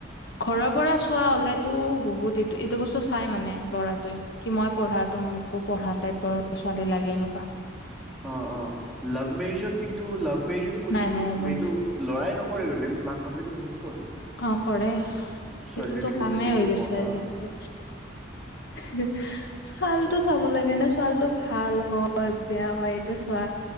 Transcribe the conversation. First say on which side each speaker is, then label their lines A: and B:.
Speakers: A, on the left; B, in the centre.
A: ঘৰৰ পৰা চোৱা হ'লেটো বহুত এইটো এইটো বস্তু চাই মানে ল'ৰাটোৱে। কি মই পঢ়া তো মোকো পঢ়া টাইপৰ ছোৱালী লাগে এনেকুৱা।
B: অ' অ' লাভ মেৰিজত কিন্তু লাভ মেৰিজো কোৱেশ্যনটো
A: নাই নাই এইবোৰ
B: এইটো। ল'ৰাই নকৰে গৈ। কিন্ত, মাক বাপেকে বহুত কৰে।
A: অ' কৰে সেইটোতো
B: ছোৱালীজনী ক'লৈকে
A: কামেই হৈ
B: কি
A: গৈছে
B: পঢ়া
A: আজিকালি। হে ছালতটো চাব লাগে নে ছালটো ভাল হয়, বেয়া হয়, এইটো চোৱা।